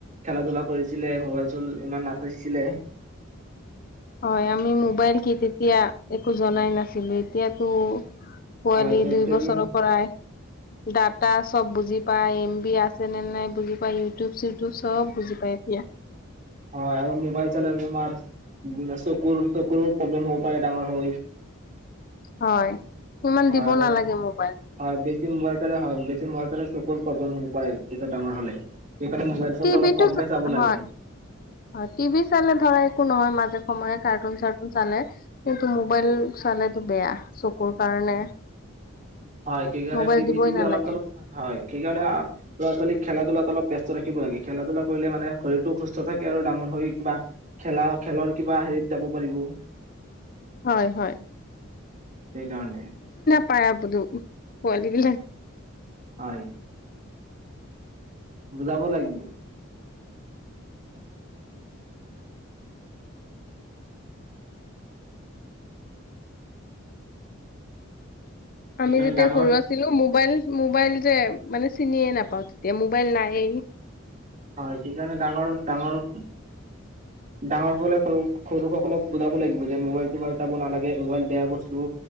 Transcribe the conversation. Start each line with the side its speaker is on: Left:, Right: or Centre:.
Right: খেলা-ধূলা কৰিছিলে, মোবাইল-চোৱাইল ইমান নাছাইচিলে
Left: হয়। আমি মোবাইল কি, তেতিয়া একো জনাই নাছিলোঁ। এতিয়াতো পোৱালি
Right: হয় এতিয়া
Left: দুই
Right: গোটেই
Left: বছৰৰ
Right: দিন
Left: পৰাই দাটাছ চব বুজি পায়। এম বি আছে নে নাই বুজি পায়। ইউটিউব চিউটিউব চব বুজি পায় এতিয়া।
Right: হয়। আৰু মোবাইল চালে, তোমাৰ চকুৰ, চকুৰো প্ৰব্লেম হ'ব পাৰে ডাঙৰ হৈ
Left: হয়। ইমান
Right: হয়,
Left: দিব
Right: আৰু
Left: নালাগে মোবাইল
Right: হয়। বেছি মোবাইল চালে হয়, বেছি বেছি মোবাইল চালে চকুৰ প্ৰব্লেম হ'ব পাৰে, যেতিয়া ডাঙৰ হ'লে। সেইকাৰণে মোবাইল ফোনটো
Left: টিভিটো
Right: অলপ কমকে চাব লাগে
Left: হয়, হয়। টিভি চালে, ধৰা, একো নহয়, মাজে সময়ে কাৰ্টুন চাৰ্টুন চালে। কিন্তু মোবাইল চালেটো বেয়া, চকুৰ কাৰণে।
Right: হয়। সেইকাৰণে
Left: মোবাইল
Right: টিভি
Left: দিবই
Right: চিভি
Left: নালাগে
Right: অলপ চলপ হয়। সেইকাৰণে অ, ল'ৰা ছোৱালী খেলা ধূলাত অলপ ব্যস্ত ৰাখিব লাগে। খেলা ধূলা কৰিলে, মানে, শৰীৰটো সুস্থ থাকে আৰু ডাঙৰ হৈ, কিবা খেলা খেলৰ কিবা হেৰিত যাব পাৰিব।
Left: হয় হয়।
Right: সেইকাৰণে
Left: <unintelligible> পোৱালি বিলাগ
Right: হয়। বুজাব লাগিব। সেইকাৰণে
Left: আমি যেতিয়া
Right: ডাঙৰ
Left: সৰু আছিলোঁ, মোক মোবাইল মোবাইল যে মানে চিনি নাপাওঁ মোবাইল নাইয়ে।
Right: হয় সেইকাৰণে ডাঙৰ ডাঙৰ ডাঙৰসকলে সৰু-সৰুসকলক বুজাব লাগিব যে মোবাইল, চোবাইল চাব নালাগে। মোবাইল বেয়া বস্তু।